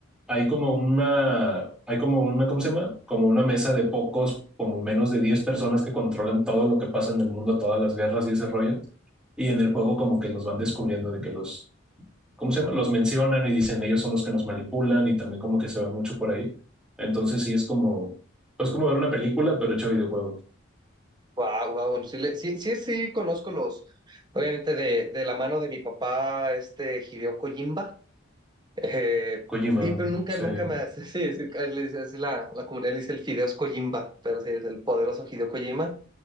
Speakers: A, in the centre; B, on the right.
A: hay como una, hay como una, ¿cómo se llama? Como una mesa de pocos, como menos de 10 personas que controlan todo lo que pasa en el mundo, todas las guerras y ese rollo. Y en el juego como que los van descubriendo de que los, ¿cómo se llama? Los mencionan y dicen ellos son los que nos manipulan y también como que se van mucho por ahí. Entonces sí es como, es como ver una película, pero hecho videojuego.
B: wow, wow, bueno, sí, le- sí, sí, sí, conozco los, obviamente de, de la mano de mi papá, este Hideo Kojimba, eh,
A: Kojima,
B: y pero nunca,
A: sí,
B: nunca
A: no
B: me <laughs> hace, sí, sí, le dice- así la, la comunidad le dice el Fideos Kojimba, pero sí, es el poderoso Hideo Kojima,